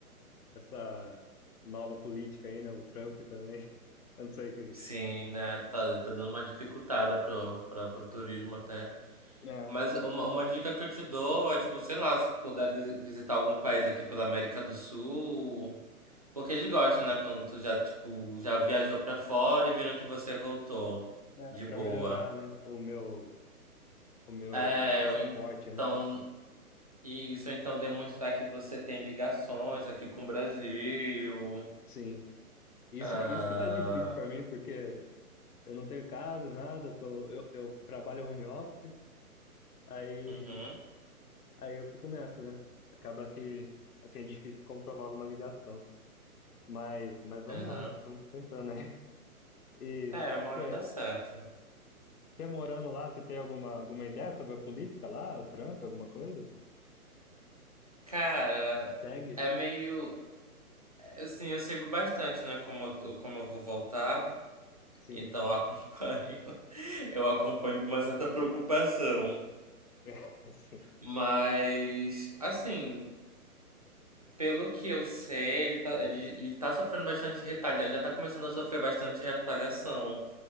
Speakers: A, on the left; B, on the right.
A: essa nova política aí, né? O Trump também. <laughs> Eu não sei o que.
B: Sim, né? Tá, tá dando uma dificultada pro, pra, pro turismo até.
A: É,
B: Mas uma, uma dica que eu te dou é, tipo, sei lá, se tu puder visi- visitar algum país aqui pela América do Sul. Porque eles gostam, né? Quando tu já, tipo, já viajou pra fora e viram que você voltou
A: né,
B: de boa.
A: para melhorar, né? O meu, o meu
B: É,
A: passaporte,
B: ou então.
A: né?
B: Isso, ou então demonstrar que você tem ligações aqui com o Brasil.
A: Sim. Isso,
B: Ah,
A: que- isso que tá difícil para mim, porque eu não tenho casa, nada, eu tô, eu, eu trabalho home office, aí,
B: uhum,
A: aí eu fico nessa, né? Acaba que, assim, é difícil comprovar alguma ligação. Mas, mas vamos
B: uhum.
A: lá, né? Estamos tentando, né? <laughs> E
B: É, uma hora
A: você
B: dá certo.
A: morando lá, você tem alguma, alguma ideia sobre a política lá, o Trump, alguma coisa?
B: Cara,
A: Segue?
B: é meio. é, Assim, eu sigo bastante, né? Como, eu- tô- como eu vou voltar,
A: Sim.
B: então eu acompanho. <laughs> Eu acompanho com uma certa preocupação.
A: <laughs> Sim.
B: Mas, assim, pelo que eu sei, ele tá, ele, ele tá sofrendo bastante retalha, já tá começando a sofrer bastante retaliação